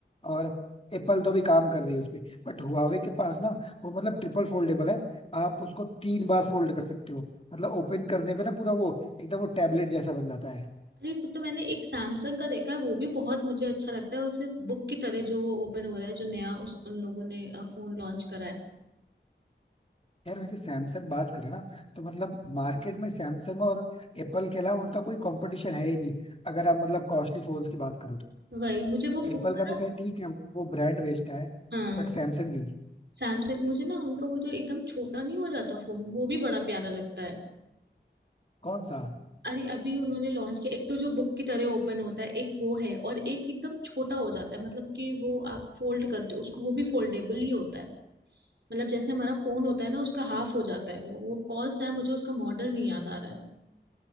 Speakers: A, on the left; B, on the right.
A: और एप्पल तो भी काम कर रही है उस पे बट हुआवे के पास ना वो मतलब ट्रिपल फोल्डेबल है आप उसको तीन बार फोल्ड कर सकते हो मतलब ओपन करने पे ना पूरा वो एकदम वो टैबलेट जैसा बन जाता है
B: अरे वो तो मैंने एक सैमसंग का देखा है वो भी बहुत मुझे अच्छा लगता है उसे बुक की तरह जो वो ओपन हो रहा है जो नया उस उन लोगों ने फोन लॉन्च करा है
A: यार वैसे सैमसंग बात करें ना तो मतलब मार्केट में सैमसंग और एप्पल के अलावा उनका कोई कंपटीशन है ही नहीं अगर आप मतलब कॉस्टली फोन्स की बात करो तो
B: वही मुझे वो फोन
A: एप्पल
B: बड़ा
A: का तो खैर ठीक है वो ब्रांड बेचता है
B: हाँ
A: बट सैमसंग भी
B: सैमसंग मुझे ना उनका वो जो एकदम छोटा नहीं हो जाता फोन वो भी बड़ा प्यारा लगता है
A: कौन सा
B: अरे अभी उन्होंने लॉन्च किया एक तो जो बुक की तरह ओपन होता है एक वो है और एक एकदम छोटा हो जाता है मतलब कि वो आप फोल्ड करते हो उसको वो भी फोल्डेबल ही होता है मतलब जैसे हमारा फोन होता है ना उसका हाफ हो जाता है वो वो कौन सा है मुझे उसका मॉडल नहीं याद आ रहा है